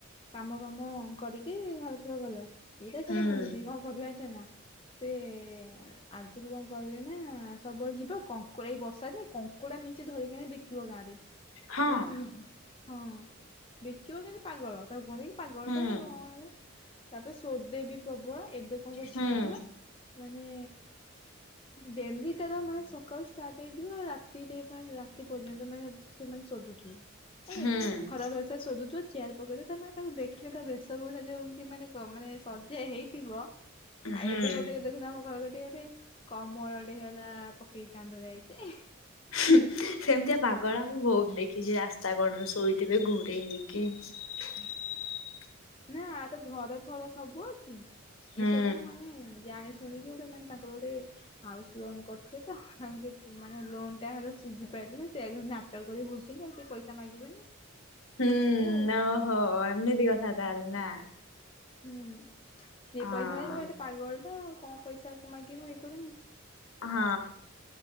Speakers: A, on the left; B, on the left.
A: କାମ ବାମ କରିକି ଘର ଫର ଗଲା ଇଏ ତାର
B: ହୁଁ
A: ଖାଲି ବୁଲୁଚି କଣ କରିବା ଯାଣିଛ ନା ସେ ଆଗରୁ କଣ କିରେ ନା ସବୁବେଳେ ଯିବା କଙ୍କୁଡ଼ ଏଇ ବର୍ଷା କଙ୍କୁଡା ମିଞ୍ଚି ଧରିକି ବିକିବ ଗାଁରେ
B: ହଁ
A: ଗପିବ ହଁ ବିକିବ କିନ୍ତୁ ପାଗଳ ତାକୁ କୁହନ୍ତି କି ପାଗଳଟା
B: ହୁଁ
A: କଣ ତାପରେ ସୋଦେବି ପ୍ରବଳ ଏବେ କଣ କରୁଛି
B: ହୁଁ
A: କହିବା ମାନେ ଡେଲିତାର ମାନେ ସକାଳୁ ଷ୍ଟାର୍ଟ ହେଇଯିବ ରାତିରେ ମାନେ ରାତି ପର୍ଯ୍ୟନ୍ତ ସେମାନେ ଶୋଧୁଥିବ ନାଇ
B: ହୁଁ
A: ଖରାପ ଭାଷାରେ ଶୋଧୁଥିବେ ଚେୟାର ପକେଇଥ ମାନେ ତାକୁ ଦେଖିଲେ ତା ବେଶ ପୋଷା ଯଉମତି ମାନେ କ ମାନେ ସଜା ହେଇଥିବ ଆଉ
B: ହୁଁ।
A: ଏବେ ଗୋଟେ ଦେଖୁନ ଆମ ଘରେ ସେ ଗୋଟେ କମଳ ଟେ ହେଲା ପକେଇକି କାନ୍ଦ ଯାଇଛି।
B: ହୁ ସେମିତିଆ ପାଗଳା ମୁଁ ବହୁତ ଦେଖିଛି ରାସ୍ତା କଡ଼ରେ ଶୋଇଥିବେ ଘୁରେ ହେଇକି। <inaudible>
A: ନା ଏ ତ ଘର ଭଲ ସବୁ ଅଛି
B: ହୁଁ
A: ଏସବୁ ମାନେ ଜାଣି ଶୁଣିକି ଗୋଟେ ମାନେ ତାଙ୍କର ଗୋଟେ ହାଉସ୍ ଲୋନ କରିଥିଲେ ତ ତା ମାନେ ଲୋନ୍ ଟା ହେଲା ସୁଝି ପାଇ ନା ସେ କରି ବୁଲୁଛନ୍ତି ଆଉ କିିଏ ପଇସା ମାଗିବେନି।
B: ହୁଁ
A: ଏଇଆ ଆଉ
B: ଓହୋ ଏମିତି କଥା ତାହେଲେ ନା।
A: ହୁଁ ଯି
B: ହଁ।
A: ପଇସା ମ କ ଏ ପାଗଳ ଟା ଆଉ କଣ ପଇସା କ ମାଗିବ ମୁଁ ଇଏ କରିମୁ।
B: ହଁ